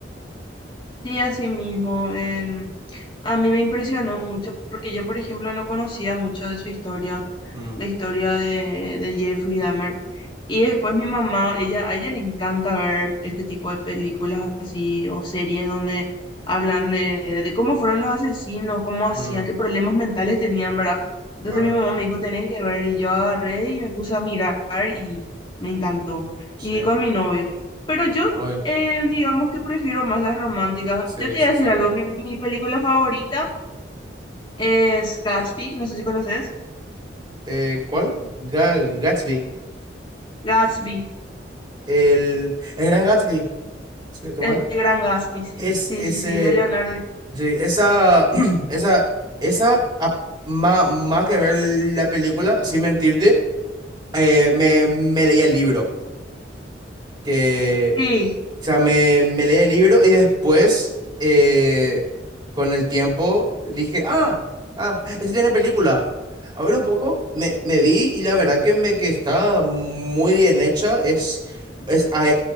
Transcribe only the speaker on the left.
Sí, así mismo. em, a mí me impresionó mucho porque yo, por ejemplo, no conocía mucho de su historia,
la historia de, de Jeffrey Dahmer. Y después mi mamá, ella, a ella le encanta ver este tipo de películas así o series donde hablan de, de cómo fueron los asesinos, cómo hacían,
qué problemas mentales tenían, ¿verdad? Entonces
mi mamá me dijo, tenés que ver, y yo agarré y me puse a mirar y me encantó.
Y vi con mi novio. Pero yo
eh, digamos que prefiero más las románticas.
Yo te
voy a decir
algo, mi, mi película favorita es Gatsby, no sé si conoces.
Gatsby,
el
gran Gatsby, sí,
sí,
sí, sí, de Leonardo DiCaprio.
Sí,